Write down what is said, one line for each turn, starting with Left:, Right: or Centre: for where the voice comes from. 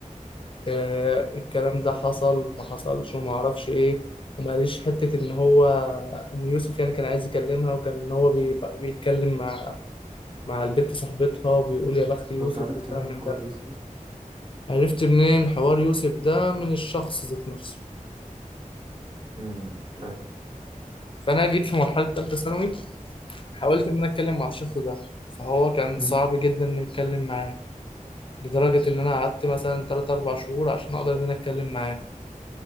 Left: آه، الكلام ده حصل ما حصلش وما اعرفش ايه وما قاليش حته ان هو ان يوسف يعني كان عايز يكلمها وكان ان هو بي- بيتكلم مع مع البت صاحبتها وبيقول يا بخت يوسف
Right: وانت عرفت
Left: والكلام
Right: من الحوار
Left: من ده
Right: يوسف
Left: عرفت منين حوار يوسف ده من الشخص ذات نفسه
Right: امم ايوه
Left: فانا جيت في مرحله ثالثه ثانوي حاولت ان انا اتكلم مع الشخص ده فهو كان
Right: م.
Left: صعب جدا ان اتكلم معاه لدرجه ان انا قعدت مثلا 3 4 شهور عشان اقدر ان انا اتكلم معاه